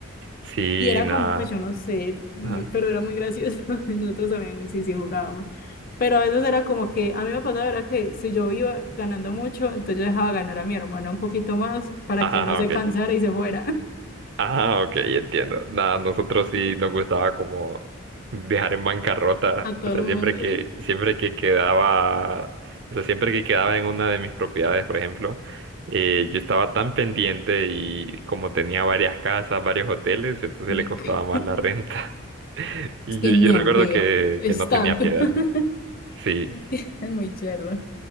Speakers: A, on the right; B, on the left.
A: sí,
B: Y era
A: nada.
B: como, pues yo no sé, muy-
A: Ah,
B: pero era muy gracioso. <laughs> Nosotros también sí, sí jugábamos. Pero a veces era como que a mí me pasaba era que si yo iba ganando mucho, entonces yo dejaba ganar a mi hermana un poquito más para
A: ah,
B: que no se
A: ok.
B: cansara y se fuera <laughs>
A: Ah, ok, entiendo. Nada, nosotros sí nos gustaba como dejar en bancarrota,
B: a todo
A: o sea,
B: el mundo.
A: siempre que, siempre que quedaba, o sea, siempre que quedaba en una de mis propiedades, por ejemplo, eh, yo estaba tan pendiente y como tenía varias casas, varios hoteles, entonces
B: <laughs> Ve
A: le costaba
B: que-
A: más la renta. <laughs> Y
B: Es que
A: yo, yo
B: no,
A: recuerdo
B: vea,
A: que,
B: es
A: que no
B: tanto.
A: tenía piedad.
B: <laughs>
A: Sí,
B: Es que es muy cherro.